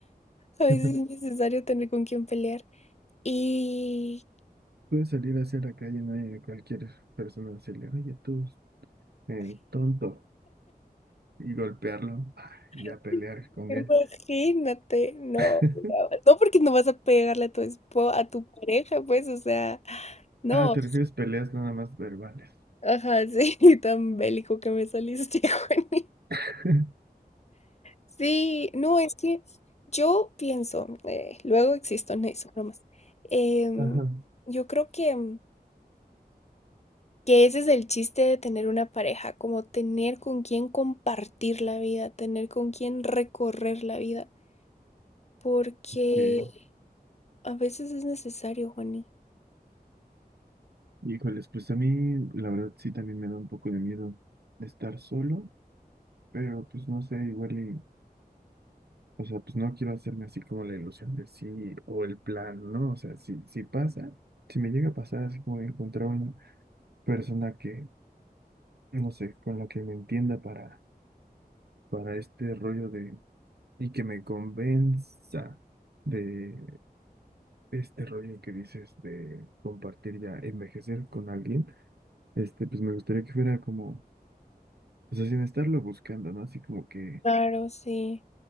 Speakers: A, on the left; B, on the right.
A: a veces
B: <laughs>
A: es necesario tener con quién pelear. Y
B: Puedes salir hacia la calle, no hay cualquier persona decirle, oye, tú, eh, tonto, y golpearlo, ah, y ya
A: <laughs>
B: pelear con
A: imagínate,
B: él.
A: no,
B: <laughs>
A: no, no, porque no vas a pegarle a tu esposa, a tu pareja, pues, o sea, no.
B: Ah, te refieres peleas nada más verbales.
A: Ajá, sí, <laughs> tan bélico que me saliste, <laughs> Juani.
B: <laughs>
A: Sí, no, es que yo pienso, eh, luego existo en eso, bromas. em,
B: Ajá.
A: yo creo que, mm, que ese es el chiste de tener una pareja, como tener con quién compartir la vida, tener con quién recorrer la vida, porque
B: Que,
A: a veces es necesario, Juani.
B: híjoles, pues a mí la verdad sí también me da un poco de miedo estar solo, pero pues no sé, igual y O sea, pues no quiero hacerme así como la ilusión de sí o el plan, ¿no? O sea, si, si pasa, si me llega a pasar así como de encontrar una persona que, no sé, con la que me entienda para, para este rollo de, y que me convenza de este rollo que dices de compartir ya envejecer con alguien, este, pues me gustaría que fuera como, o sea, sin estarlo buscando, ¿no? Así como que
A: Claro, sí.